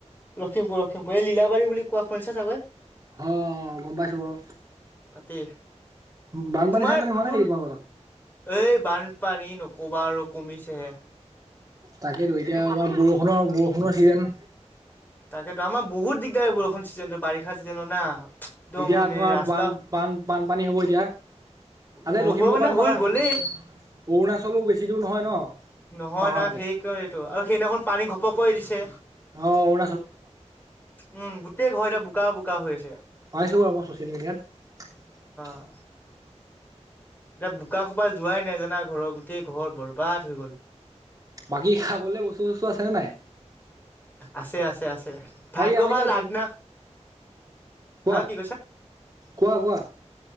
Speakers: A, on the left (about 15°); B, on the right (about 30°).
A: লখিমপুৰ লখিমপুৰ এই লীলাবাৰী বুলি কোৱা শুনিছা চাগৈ
B: অ গম পাইছো বাৰু
A: তাতে
B: বানপানী
A: তোমাৰ
B: চানপানী হোৱা নাই
A: তোৰ
B: নেকি তোমালোকৰ তাত?
A: এই বানপানী নকবা আৰু কমিছেহে
B: তাকেইতো এতিয়া আমাৰ বৰষুণৰ বৰষুণৰ ছিজন
A: তাকেতো আমাৰ বহুত দিগদাৰ হয় বৰষুণ চিজনতো বাৰিষাৰ চিজনত না একদম
B: এতিয়া
A: মানে
B: তোমাৰ
A: ৰাস্তা
B: বান বান বানপানী হ'ব এতিয়া তাতে
A: হ'ব
B: লখিমপুৰ
A: মানে
B: পৰা তোমাৰ
A: হৈ গ'লেই
B: অৰুণাচলো বেছি দূৰ নহয় ন,
A: নহয়
B: পাহাৰলে?
A: না সেই এইটো আৰু সেইদিনাখন পানী ঘপক দিছে
B: অ উ
A: উম গোটেই ঘৰ এতিয়া বোকা বোকা হৈ আছে।
B: পাইছো বাৰু মই চচিয়েল মিডিয়াত
A: অ এতিয়া বোকা খোপা যোৱাই নাই জানা ঘৰৰ গোটেই ঘৰ বৰবাদ হৈ গ'ল
B: বাকী খাবলে বস্তু-চস্তু আছেনে নাই?
A: আছে-আছে-আছে ভাগ্য
B: বাকী আমি
A: ভাল
B: যে
A: আগদিনা
B: কোৱা
A: হা কি
B: কোৱা-কোৱা